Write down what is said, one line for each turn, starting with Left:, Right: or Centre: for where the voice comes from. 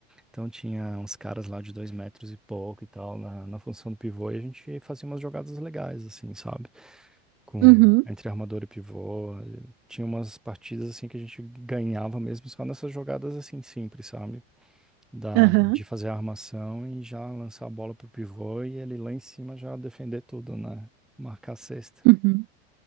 Centre: Então tinha uns caras lá de dois metros e pouco e tal na, na função do pivô e a gente fazia umas jogadas legais, assim, sabe? Com
Right: Uhum,
Centre: entre armador e pivô. e Tinha umas partidas assim que a gente ganhava mesmo só nessas jogadas assim simples, sabe? Da,
Right: aham,
Centre: de fazer a armação e já lançar a bola pro pivô e ele lá em cima já defender tudo, né? Marcar a cesta.
Right: uhum.